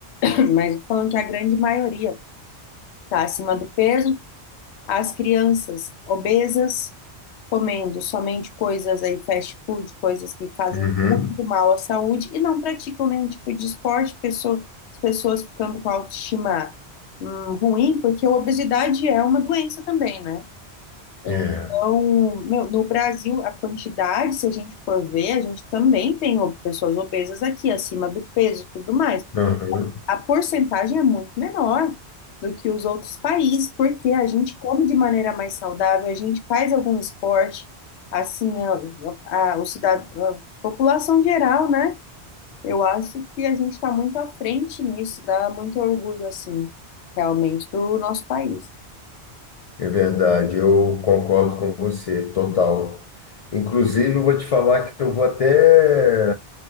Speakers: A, on the left (about 75°); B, on the left (about 60°).
A: <clears throat> mas eu tô falando que a grande maioria está acima do peso, as crianças obesas comendo somente coisas aí, fast food, coisas que fazem
B: uhum.
A: muito mal à saúde e não praticam nenhum tipo de esporte, pessoa- as pessoas ficando com a autoestima hum, ruim, porque a obesidade é uma doença também, né? Então,
B: É,
A: meu, no Brasil, a quantidade, se a gente for ver, a gente também tem o- pessoas obesas aqui, acima do peso e tudo mais
B: uhum,
A: a porcentagem é muito menor do que os outros países, porque a gente come de maneira mais saudável, a gente faz algum esporte, assim, a, a, o cidad a população geral, né? Eu acho que a gente está muito à frente nisso, dá muito orgulho, assim, realmente, do nosso país.
B: é verdade, eu concordo com você, total. Inclusive, eu vou te falar que eu vou até.